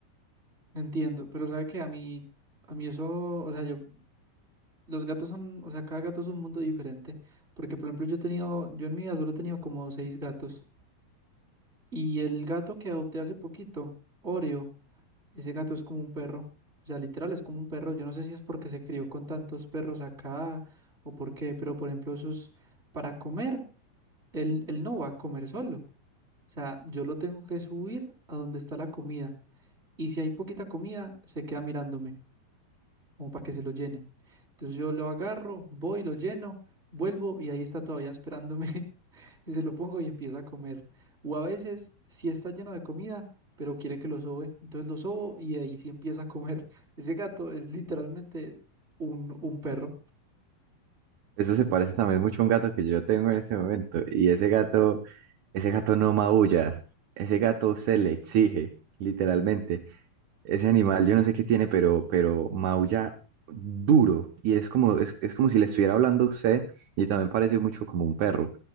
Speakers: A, on the right; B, on the right.
A: entiendo, pero sabe que a mí, a mí eso, o sea, yo Los gatos son, o sea, cada gato es un mundo diferente, porque por ejemplo yo he tenido, yo en mi vida solo he tenido como seis gatos, y el gato que adopté hace poquito, Oreo, ese gato es como un perro, o sea, literal es como un perro, yo no sé si es porque se crió con tantos perros acá o por qué, pero por ejemplo esos, para comer, él, él no va a comer solo, o sea, yo lo tengo que subir a donde está la comida, y si hay poquita comida, se queda mirándome como para que se lo llene. Entonces yo lo agarro, voy, lo lleno, vuelvo y ahí está todavía esperándome <laughs> y se lo pongo y empieza a comer. O a veces sí está lleno de comida, pero quiere que lo sobe, entonces lo sobo y ahí sí empieza a comer. <laughs> Ese gato es literalmente un, un perro.
B: Eso se parece también mucho a un gato que yo tengo en este momento. Y ese gato, ese gato no maulla. Ese gato se le exige, literalmente. Ese animal, yo no sé qué tiene, pero, pero maulla duro. Y es como, es, es como si le estuviera hablando a usted. Y también parece mucho como un perro.